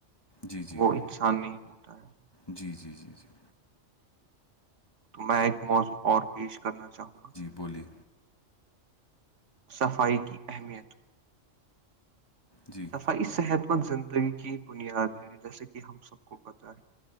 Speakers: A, on the left; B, on the right.
A: جی جی
B: وہ
A: جی
B: انسان نہیں ہوتا ہے
A: جی جی جی جی
B: تو میں ایک موضوع اور پیش کرنا چاہوں گا
A: بولی
B: صفائی کی اہمیت
A: جی
B: صفائی صحت مند زندگی کی بنیاد ہے جیسے کہ ہم سب کو پتا